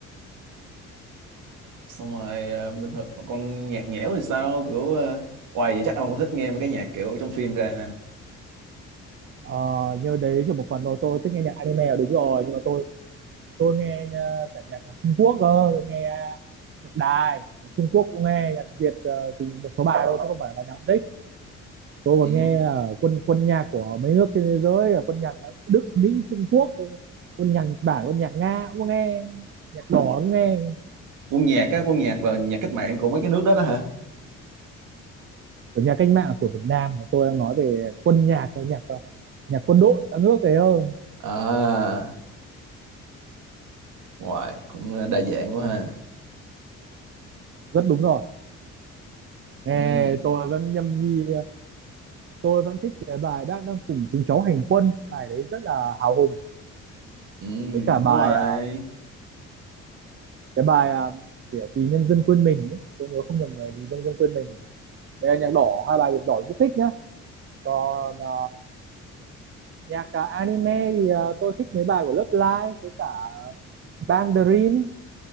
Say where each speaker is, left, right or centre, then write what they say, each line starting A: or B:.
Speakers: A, on the right; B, on the right.
A: xong rồi ờ, bình thường con nhạc nhẽo thì sao kiểu ờ, hoài vậy chắc ông cũng thích nghe mấy cái nhạc kiểu trong phim ra ha
B: Ờ, nhưng mà đấy chỉ một phần thôi tôi thích nghe nhạc anime là đúng rồi nhưng mà tôi tôi nghe nha- cả nhạc Trung Quốc cơ tôi nghe nhạc Đài nhạc Trung Quốc cũng nghe nhạc Việt ờ, thì một số bài thôi chứ không phải bài nào cũng thích tôi
A: ừ.
B: còn nghe ờ, quân quân nhạc của mấy nước trên thế giới là quân nhạc Đức Mỹ Trung Quốc quân nhạc Nhật Bản quân nhạc Nga cũng nghe nhạc đỏ cũng nghe
A: quân nhạc á quân nhạc là nhạc cách mạng của mấy cái nước đó đó hả
B: của nhà cách mạng của Việt Nam tôi đang nói về quân nhạc nhạc nhạc quân đội các nước thế thôi
A: à ngoài cũng đa dạng quá ha
B: rất đúng rồi nghe
A: ừ.
B: tôi vẫn nhâm nhi tôi vẫn thích cái bài bác đang cùng chúng cháu hành quân bài đấy rất là hào hùng
A: Ừ.
B: với cả bài
A: đúng rồi
B: à, cái bài à, gì ạ? vì nhân dân quên mình ấy. tôi nhớ không nhầm là vì nhân dân quên mình với cả nhạc đỏ hai bài nhạc đỏ rất thích nhá còn à, nhạc à, anime thì à, tôi thích mấy bài của Love Live với cả Bang Dream